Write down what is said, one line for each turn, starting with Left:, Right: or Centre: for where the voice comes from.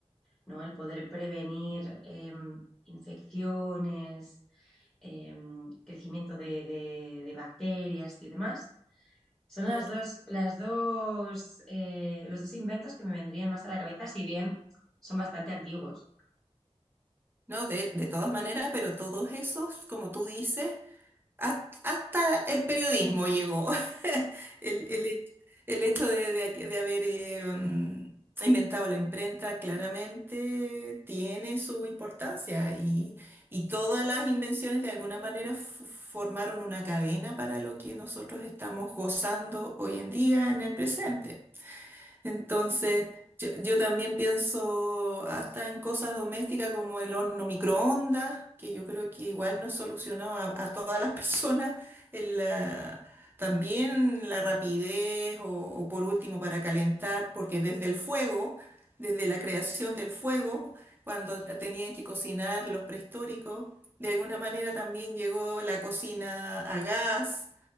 Centre: ¿no? El poder prevenir eh, infecciones, eh, crecimiento de, de- de bacterias y demás. Son
Right: claro.
Centre: las dos, las dos, eh, los dos inventos que me vendrían más a la cabeza, si bien son bastante antiguos.
Right: No, de, de todas maneras, pero todos esos, como tú dices, has- hasta el periodismo llegó. <laughs> El, el hecho, el hecho de, de aquí- de haber eh, mm, inventado la imprenta claramente tiene su importancia y, y todas las invenciones de alguna manera f- formaron una cadena para lo que nosotros estamos gozando hoy en día en el presente. Entonces, yo, yo también pienso hasta en cosas domésticas como el horno microondas, que yo creo que igual nos solucionó a, a todas las <laughs> personas el, la- también la rapidez o, o por último para calentar, porque desde el fuego, desde la creación del fuego, cuando tenían que cocinar los prehistóricos, de alguna manera también llegó la cocina a gas